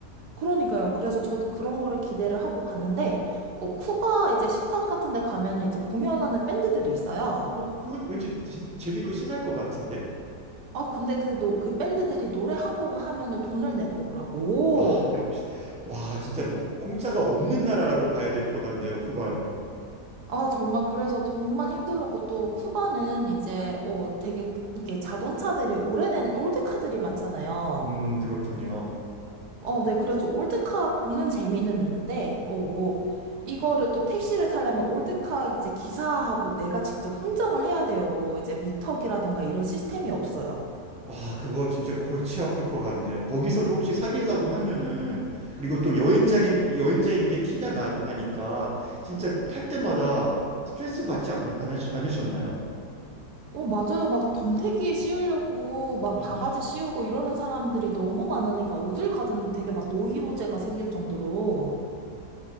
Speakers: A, on the right; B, in the centre.
A: 그러니까요. 그래서 저도 그런 거를 기대를 하고 갔는데, 어, 쿠바 이제 식당 같은 데 가면은 이제 공연하는 밴드들이 있어요.
B: 어, 그건 왠지 재- 재밌고 신날 것 같은데?
A: 아, 근데 그, 노, 그 밴드들이 노래 한 곡을 하면은 돈을 내놓으라고.
B: 아, 역시. 와, 진짜 뭐, 공짜가 없는 나라라고 봐야 될 것 같네요, 쿠바는.
A: 아, 정말, 그래서 정말 힘들었고, 또, 쿠바는 이제, 어, 되게, 이렇게 자동차들이 오래된 올드카들이 많잖아요.
B: 음, 그렇군요.
A: 어, 네, 그래서 올드카 보는 재미는 있는데, 어, 뭐, 이거를 또 택시를 타려면 올드카 이제 기사하고 내가 직접 흥정을 해야 돼요. 뭐, 이제 미터기라던가 이런 시스템이 없어요.
B: 아, 그거 진짜 골치 아플 것 같네요. 거기서도 혹시 사귀려고 하면은, 그리고 또 여행자인, 여행자인 게 티가 나고 하니까, 진짜 탈 때마다 스트레스 받지 않, 않, 않으셨나요?
A: 어, 맞아요. 막 덤태기에 씌우려고, 막
B: 아유,
A: 바가지 씌우고 이러는 사람들이 너무 많으니까, 어딜 가든 되게 막 노이로제가 생길 정도로.